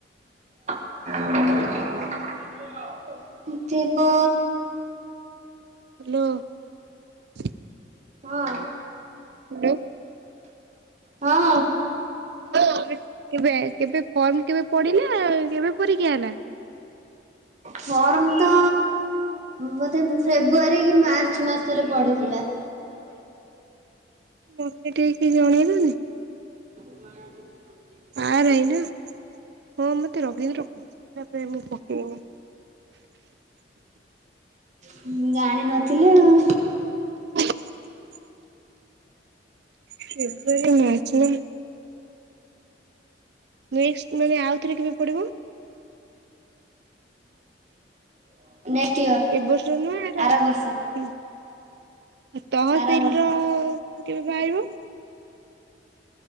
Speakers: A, on the right (about 40°); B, on the right (about 65°).
A: <unintelligible> ଥିବ
B: ହ୍ୟାଲୋ। <inaudible>
A: ହଁ।
B: ହ୍ୟାଲୋ
A: ହଁ।
B: <inaudible> କେବେ କେବେ ଫର୍ମ କେବେ ପଡିଲା କେବେ ପରୀକ୍ଷା ହେଲା?
A: ଫର୍ମ ତ ବୋଧେ ଫେବୁଆରୀ କି ମାର୍ଚ୍ଚ ମାସରେ ପଡିଥିଲା।
B: ହୁଁ। ସେ ଟିକ ଜଣେଇଲନି।
A: <inaudible>
B: ଆ <inaudible> ନା ହଁ ମତେ ରବୀନ୍ଦ୍ର କହୁପ ମୁଁ <inaudible> <inaudible>
A: ହୁଁ ଜାଣିନଥି ଥିଲିଆଉ
B: <inaudible> ଫେବୁଆରୀ ମାର୍ଚ୍ଚ ନାଁ ନେଷ୍ଟ ମାନେ ଆଉ ଏଥିରେ କେବେ ପଡିବ।
A: <inaudible> ନେଷ୍ଟଇୟର୍
B: ଏ ବର୍ଷ ନୁହଁ
A: ଆର
B: ହୁଁ
A: ବର୍ଷ।
B: ତହସିଲ
A: ଆର ବର୍ଷ
B: ର କେବେ ବାହାରିବ?